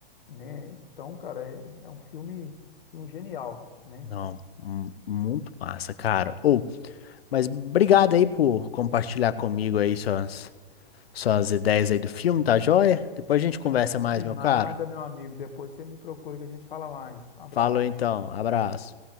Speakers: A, on the left; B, on the left.
A: né? Então, cara, é, é um filme, um genial, né?
B: Não, mu- muito massa, cara. Ou, mas obrigado aí por compartilhar comigo aí suas, suas ideias aí do filme, tá joia? Depois a gente conversa
A: De
B: mais,
A: nada,
B: meu caro.
A: meu amigo. Depois você me procura que a gente fala mais. Um abraço.
B: Falou então, abraço.